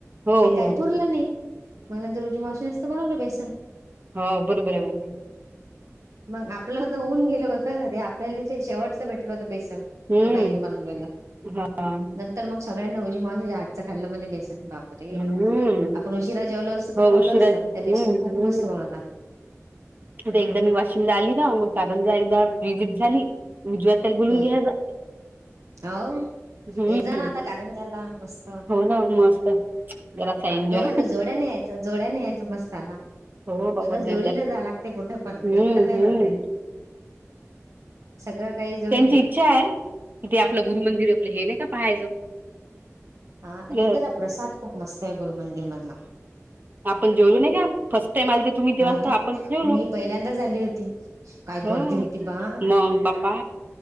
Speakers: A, on the right; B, on the right.
A: हो
B: ते काही
A: हो हो हम्म
B: पुरलं नाही. मग नंतर उजे मावशीनच तर बनवलं बेसन.
A: हा बरोबर आहेना
B: मग आपलं तर होऊन गेल होत ना रे आपल्याला ते शेवटच भेटलं होतं बेस. त्या
A: हम्म
B: बाईने बनवलेलं
A: हा
B: नंतर मग सगळ्यांना उजी मा हातचं खाल्लं म्ह बेस. बापर
A: हम्म
B: रे आपण उशिरा जेवलो असत
A: हो
B: तर परलं
A: उशिरा
B: असतं त्या
A: हम्म
B: बसन खूप
A: हम्म
B: मस्त बनवता.
A: आता एकदा मी वाशिम ला आली ना मग कारण एकदा विजिट झाली. उजवात त्याला बोलून
B: हम्म
A: घ्या जा
B: हो
A: हम्म.
B: ये जा ना आता कारंजाला मस्त
A: हो ना मस्त जरासं एन्जॉय.
B: दोघांना जोड्याने यायचं जोड्याने यायचं मस्त आता
A: हो बाबा
B: आता
A: हम्म
B: जोडीनं जाय लागते कुठं पण एकटं नाही
A: हम्म
B: जाता येत सगळं काही जोडीनं
A: त्यांची इच्छा आहे कि ते आपलं गुरु मंदिर आपलं हे नाही का पाहायचं.
B: हा
A: अ
B: दितला प्रसाद खूप मस्त आहे गुरु मंदिर मधला.
A: पण जेवलो नाय का फर्स्ट टाइम आलते तुम्ही तेव्हा
B: हो
A: तर आपण जेवलो
B: मी पहिल्यांदा आली होती काय
A: हो
B: गर्दी होती बा.
A: मग बापा